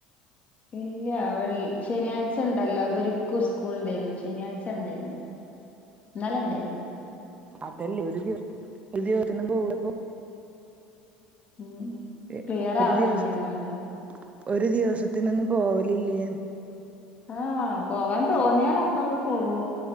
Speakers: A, on the left; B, on the right.
A: ഇല്ല വെള്ള് ശനിയാഴ്ചണ്ടല്ലോ, വര്ക്ക്‌ സ്കൂൾണ്ടേയ്ന്ന് ശനിയാഴ്ച ണ്ടായിന്നു. ന്നലെ ണ്ടേയ്
B: അതെല്ലേ, ഒരു ദിവ പോണപ്പൊ
A: ഉം
B: എ,
A: ക്ലിയർ
B: ഒരുദിവസ്ത്തിന്
A: ആവണില്ല ഇങ്ങളത്
B: ഒരു ദിവസത്തിനൊന്നും പോവലില്ലേന്ന്.
A: ആഹ്, പോവാൻ തോന്നിയാല് അപ്പൊങ്ങ് പോവും.